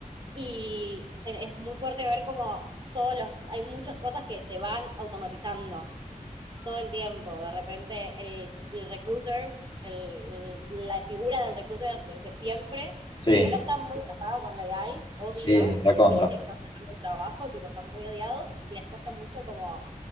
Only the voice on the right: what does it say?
y se- es muy fuerte ver como todos los, hay muchas cosas que se van automatizando todo el tiempo. De repente el, el recruiter, el- la figura del recruiter de, de siempre,
primero están muy tapada con la AI, odia
sentir que le están sacando el trabajo, tipo, están muy odiados, y les cuesta mucho como